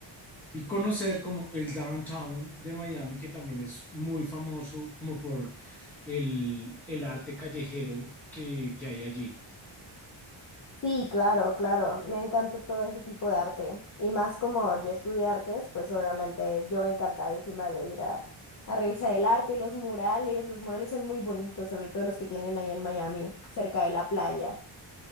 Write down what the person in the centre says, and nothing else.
Y conocer como el downtown de Miami, que también es muy famoso como por el, el arte callejero que, que hay allí.